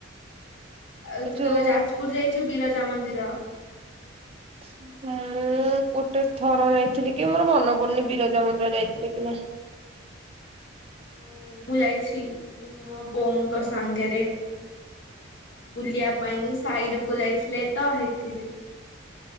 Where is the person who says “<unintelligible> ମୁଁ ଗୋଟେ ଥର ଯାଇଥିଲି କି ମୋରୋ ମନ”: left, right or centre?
Right